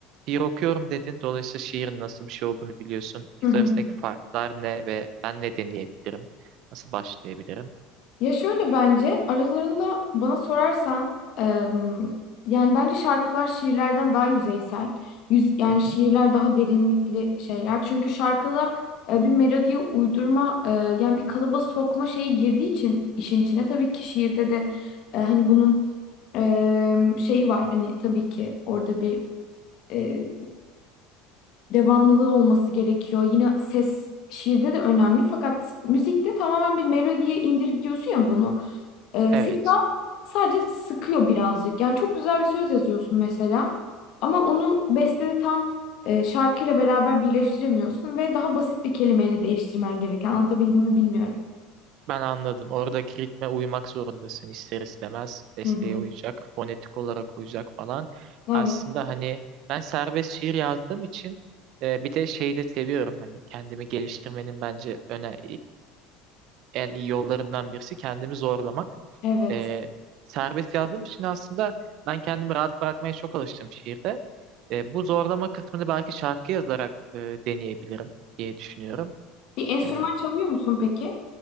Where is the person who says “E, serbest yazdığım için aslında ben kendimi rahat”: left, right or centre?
Right